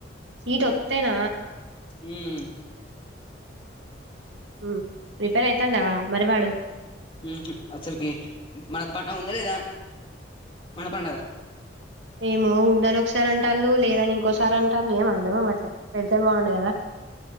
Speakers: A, on the right (about 80°); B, on the left (about 30°).
A: సీట్ వొత్తేన
B: ఉమ్
A: ఉ ప్రిపేర్ అయితండవా మరి వాడు
B: ఊహు అసల్కి మనకు పండగ ఉందా లేదా మన పండగ
A: ఏమో ఉందని ఒకసారి అంటాళ్ళు లేదని ఇంకోసారి అంటాళ్లు ఎం అర్దం అవ్వట్లే పెడితే బాగుండు గదా